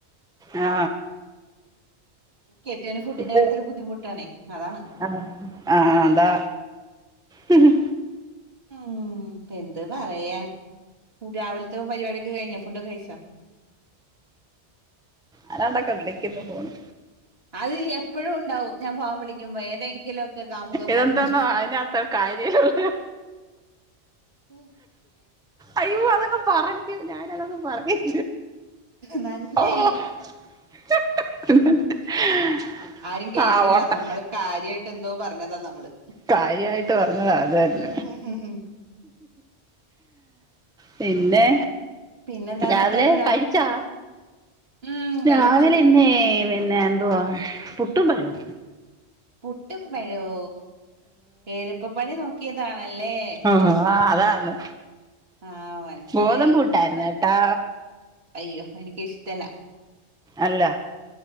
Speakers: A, in the centre; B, on the right (about 60°).
A: ആ
B: കെട്ടിയോന് ഫുഡിന്റെ
A: ഇപ്പ
B: കാര്യത്തില് ബുദ്ധിമുട്ടാണേ അതാണ്
A: ആഹ ആഹ അതാ മ്മ്മ്
B: ഉം എന്ത് പറയാ രാവിലത്തെ പരിപാടിിയക്കെ കഴിഞ്ഞ ഫുഡ കഴിച്ച
A: അനാണ്ടൊക്കെ വിളിക്കുന്നു ഫോണ്
B: അത് എപ്പഴും ഉണ്ടാവും ഞാൻ ഫാമിലി വിളിക്കുമ്പോ ഏതെങ്കിലൊക്കെ കാമുകന്മാർ
A: ഇതെന്താന്നോ
B: വിളിക്കും
A: അതിനകത്ത് കാര്യമുള്ള
B: ഉം
A: അയ്യോ അതങ്ങ് പറഞ്ഞു ഞാനതങ്ങ് <unintelligible>
B: നന്നായി
A: ഓ <inaudible>
B: ആരും കേട്ടില്ല
A: ആ ഓട്ടെ
B: നമ്മള് കാര്യായിട്ട് എന്തോ പറഞ്ഞതാ നമ്മള്
A: കാര്യമായിട്ട് പറഞ്ഞത് അത് തന്നെ
B: ഉം ഉം ഉം ഉം.
A: പിന്നെ
B: പിന്നെന്താന്ന്
A: രാവിലെ
B: എന്തായിരുന്നു
A: കഴിച്ചോ
B: ഉം കഴിച്ചു
A: രാവിലെ ഇന്നേ പിന്നെ എന്തുവാ പുട്ടും പഴോ
B: പുട്ടും പഴവോ എളുപ്പപ്പണി നോക്കിയതാണല്ലേ
A: ആ അതാണ്
B: ആഹ് മനസ്സിലായി
A: ഗോതമ്പ് പുട്ടായിരുന്നു കെട്ടോ
B: അയ്യോ എനിക്ക് ഇഷ്ടല്ല
A: അല്ല.